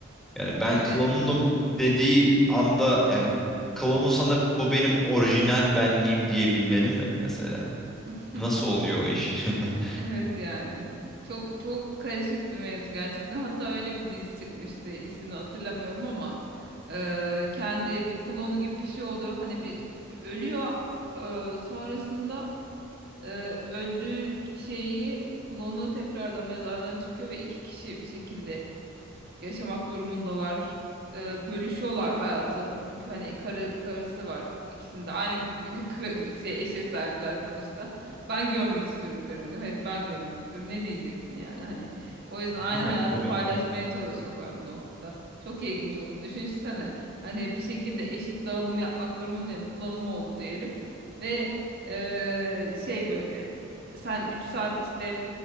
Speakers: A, in the centre; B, on the right (about 55°).
A: Yani ben
B: Evet.
A: klonunum dediği anda yani klonun sana bu benim orijinal benliğim diyebilmeli mi mesela?
B: <laughs>
A: Nasıl oluyor o iş?
B: E-
A: <laughs>
B: Evet yani. Çok çok karışık bir mevzu gerçekten. Hatta öyle bir dizi çıkmıştı. İsmini hatırlamıyorum ama Eee, kendi bir klonu gibi bir şey oluyor. Hani bir ölüyor eee, sonrasında eee, öldüğü şeyi klonu tekrardan mezardan çıkıyor ve iki kişi bir şekilde yaşamak durumundalar. Ee, bölüşüyorlar hayatı. Çünkü hani karı karısı var. İkisinde de aynı k- k- k- şey eşe sahipler sonuçta. Ben görmek istiyorum karımı diyor. Hayır ben görmek istiyorum. Ne diyeceksin yani hani. O yüzden aynı
A: Değil
B: hayatı
A: mi? Değil
B: paylaşmaya
A: mi? Değil mi?
B: çalışıyorlar bu noktada. Çok ilginç olur. Düşünsene hani bir şekilde eşit dağılım yapmak durumundayım. Kullanımı oldu diyelim. Ve eee, şey böyle sen 3 saat işte